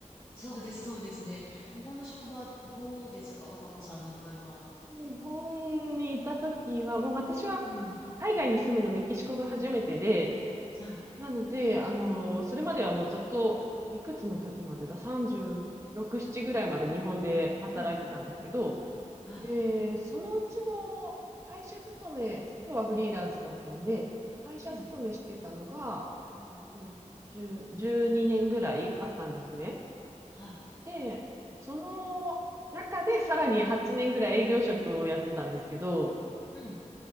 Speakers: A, on the left; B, on the right.
A: そうです、そうですね。日本の職場どうでしたか若子さんの場合は。
B: 日本にいたときは、もう私は
A: うん。
B: 海外に住むのメキシコが初めてで、
A: はい。
B: なので、あのーそれまではもうずっと、いくつの時までだ、36、7ぐらいまで日本で働いてたんですけど、
A: うん。はい。
B: で、そのうちの会社勤め、最後はフリーランスだったんで、会社勤めしてたのが、
A: うん。うん
B: 8、9、10、12年ぐらいあったんですね。
A: はい。
B: で、その中でさらに8年ぐらい営業職をやってたんですけど、
A: うん。